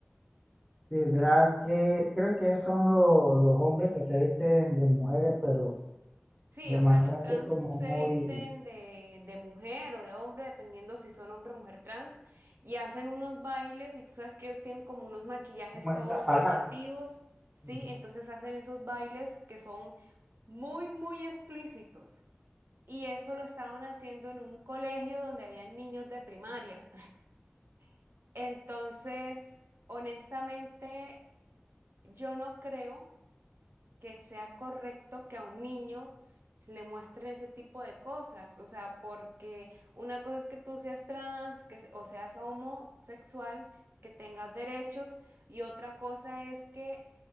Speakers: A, in the centre; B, on the right (about 70°).
A: Sí, ¿verdad? que creo que son lo- los hombres que se visten de mujeres, pero
B: Sí,
A: de
B: o
A: manera
B: sea, los
A: así
B: trans
A: como muy,
B: se visten de, de mujer o de hombre, dependiendo si son hombre o mujer trans, y hacen unos bailes y tú sabes que ellos tienen como unos maquillajes
A: como
B: todos
A: estrafalar.
B: llamativos, ¿sí?
A: Ujú.
B: Entonces hacen esos bailes que son muy, muy explícitos. Y eso lo estaban haciendo en un colegio donde habían niños de primaria. <laughs> Entonces, honestamente, yo no creo que sea correcto que a un niño s- se le muestren ese tipo de cosas. O sea, porque una cosa es que tú seas trans, que, se- o seas homosexual, que tengas derechos, y otra cosa es que